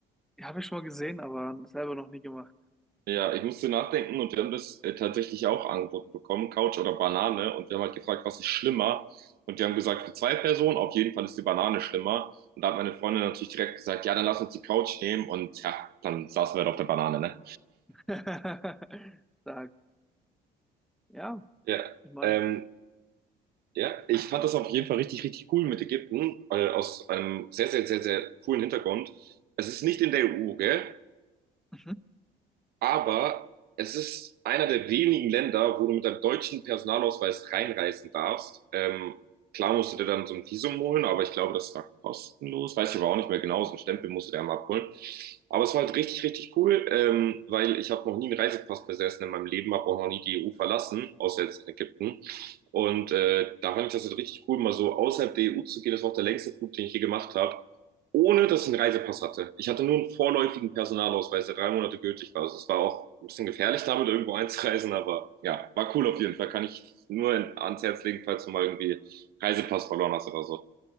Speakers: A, in the centre; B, on the right.
A: Ja, habe ich schon mal gesehen, aber selber noch nie gemacht.
B: Ja, ich musste nachdenken und wir haben das äh, tatsächlich auch angeboten bekommen, Couch oder Banane. Und wir haben halt gefragt, was ist schlimmer? Und die haben gesagt, für zwei Personen, auf jeden Fall ist die Banane schlimmer. Und da hat meine Freundin natürlich direkt gesagt, ja, dann lass uns die Couch nehmen. Und ja, dann saßen wir halt auf der Banane, ne?
A: <laughs> Stark. Ja,
B: Ja,
A: ich meine,
B: ähm, Ja, ich fand das auf jeden Fall richtig, richtig cool mit Ägypten, äh, aus einem sehr, sehr, sehr, sehr coolen Hintergrund. Es ist nicht in der EU, gell?
A: mhm.
B: Aber es ist einer der wenigen Länder, wo du mit deinem deutschen Personalausweis reinreisen darfst. Ähm, klar musst du dir dann so ein Visum holen, aber ich glaube, das war kostenlos. Weiß ich aber auch nicht mehr genau. So einen Stempel musst du dir einmal abholen. Aber es war halt richtig, richtig cool, ähm, weil ich habe noch nie einen Reisepass besessen in meinem Leben, habe auch noch nie die EU verlassen, außer jetzt in Ägypten. Und äh, da fand ich das halt richtig cool, mal so außerhalb der EU zu gehen. Das war auch der längste Flug, den ich je gemacht habe ohne dass ich einen Reisepass hatte. Ich hatte nur einen vorläufigen Personalausweis, der drei Monate gültig war. Also es war auch ein bisschen gefährlich, damit irgendwo einzureisen, aber ja, war cool auf jeden Fall. Kann ich nur ans Herz legen, falls du mal irgendwie Reisepass verloren hast oder so.